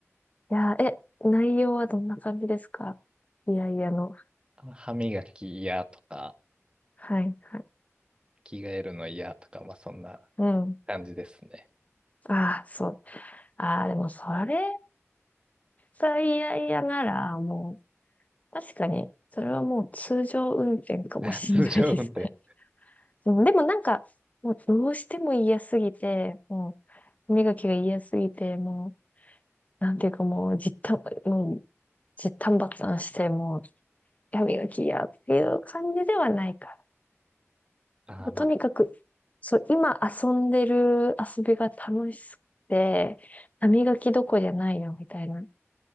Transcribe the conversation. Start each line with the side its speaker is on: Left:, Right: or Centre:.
Left: いや、え、内容はどんな感じですかいやいやの。
Right: <laughs> 歯磨き嫌とか、
Left: はいはい。
Right: 着替えるの嫌とか、まあそんな
Left: うん。
Right: 感じですね。
Left: ああ、そう。ああ、でもそれが嫌々なら、もう、確かに、それはもう通常運転かもしんないですね。
Right: <laughs> 通常運転。
Left: <laughs> うんでもなんか、もうどうしても嫌すぎて、もう、歯磨きが嫌すぎて、もう、なんていうかもう、じったん、もう、じったんばったんして、もう、歯磨き嫌っていう感じではないか
Right: ああ、
Left: ら。
Right: まあ、
Left: とにかく、そう、今遊んでる遊びが楽しくて、歯磨きどこじゃないよ、みたいな。